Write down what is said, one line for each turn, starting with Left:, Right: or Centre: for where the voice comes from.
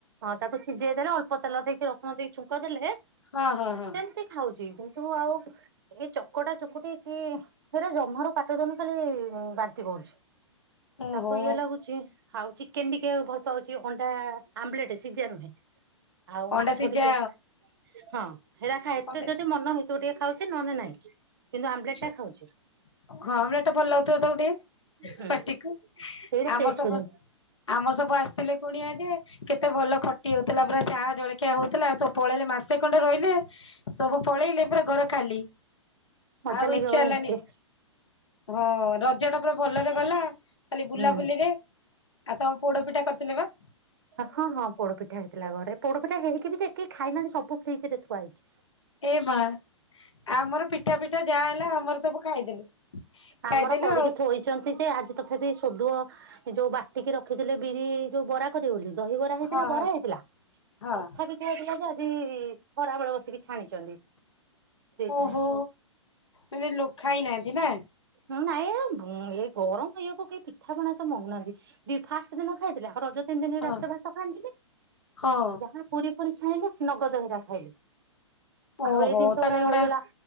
Right: ହଁ ତାକୁ ସିଝେଇ ଦେଲେ ଅଳ୍ପ ତେଲ ଦେଇକି ରସୁଣ ଦେଇକି ଛୁଙ୍କ ଦେଲେ
Left: ହଁ ହଁ ହଁ
Right: ସେମିତି ଖାଉଛି ଜ ତୁ ଆଉ ଏ ଚକଟା ଚକୁଟି କି ସେରା ଜମାରୁ ପାଟ ଦନ ଖାଲି ବାନ୍ତି କରୁଛି
Left: ଓହୋ
Right: ତାକୁ ଇଏ ଲାଗୁଛି- ଆଉ ଚିକେନ ଟିକେ ଭଲ ପାଉଛି ଅଣ୍ଡା ଆମ୍ଲେଟ ସିଝା ନୁହେଁ- ଆଉ
Left: ଅଣ୍ଡା
Right: ମାଛ
Left: ସିଝା
Right: ଟିକେ ହଁ ହେଇରା ଖା ଏତେ
Left: ଅଣ୍ଡା
Right: ଯଦି ମନ ହେଇ- ତୁ ଟିକେ ଖାଉଛି, ନହେଲେ ନାଇଁ
Left: ଛୋ,
Right: ଟା ଖାଉଛି
Left: ହଁ ଆମ୍ବଲେଟ ଟା ଭଲ ଲାଗୁଥ ତାକୁ ଟିକେ,
Right: ହୁଁ
Left: ପାଟିକୁ
Right: ସେଇଟା
Left: ଆମର
Right: ଟେଷ୍ଟ କରି
Left: ଆମର ସବୁ ଆସିଥିଲେ କୁଣିଆଜି ଯେ କେତେ ଭଲ ଖଟି ହଉଥିଲା, ପୁରା ଚାହା ଜଳଖିଆ ହଉଥିଲା ସବୁ ପଳେଇଲେ ମାସେ ଖଣ୍ଡେ ରହିଲେ ସବୁ ପଳେଇଲେ ପୁରା ଘର ଖାଲି।
Right: ମଜା
Left: ଆଉ
Right: ଲାଗିବ।
Left: ଇଚ୍ଛା ହେଲାନି
Right: ଏମିତି,
Left: ହଁ ରଜ ଟା ପୁରା ଭଲରେ ଗଲା। ଖାଲି ବୁଲାବୁଲିରେ।
Right: ହୁଁ
Left: ଆଉ ତମ ପୋଡ ପିଠା କରିଥିଲେ ବା।
Right: ହଁ ହଁ ପୋଡପିଠା ହେଇଥିଲା। ଘରେ ପୋଡପିଠା ହେଇକି ବି ଯେ କେହି ଖାଇନାହାନ୍ତି ସବୁ ଫ୍ରିଜ ରେ ଥୁଆ ହେଇଛି।
Left: ଏ ମା ଆମର ପିଠା ପିଠା ଯାହା ହେଲା ଆମର ସବୁ ଖାଇଦେଲୁ।
Right: ଆମର
Left: ଖାଇଦେଲୁ
Right: କରିକି
Left: ଆଉ
Right: ଥୋଇଛନ୍ତି, ଯେ ଆଜି ତଥାପି ଶୋଧୁଅ ଯୋଉ ବାଟିକି ରଖିଥିଲେ। ବିରି ଯୋଉ ବରା ଦହିିବରା ହେଇଥିଲା
Left: ହଁ ହଁ
Right: ବରା ହେଇଥିଲା
Left: ହଁ
Right: ତଥାପି ହେଇଥିଲା ଯେ ଖରାବେଳେ ବସିକି ଛାଣିଛନ୍ତି। ଫ୍ରିଜ
Left: ଓହୋ
Right: ରେ
Left: ମାନେ ଲଖା ହେଇ ନାହାନ୍ତି ନା।
Right: ହୁଁ ନାଇଁ ଏଇ ଗରମ ଇଏକୁୁ କେ ପିଠାପଣା ତ ମଗୁନାହାନ୍ତି। ଫାଷ୍ଟ ଦିନ ଖାଇଥିଲେ ଆଉ ରଜ ତିନି ଦିନ
Left: ହଁ
Right: ରାତି୍ର ଭାତ ଖାଆନ୍ତିିନି।
Left: ହଁ
Right: ଯାହା ପୁରୀ ପୁରୀ ଛାଣିଲ ନଗଦହିରା ଖାଇଲେ।
Left: ଓହୋ
Right: ଆଉ ଏଇ ଜିନିଷ
Left: ତାହେଲେ
Right: ଗୁଡା
Left: ଏଗୁଡା
Right: ରହିଗଲା।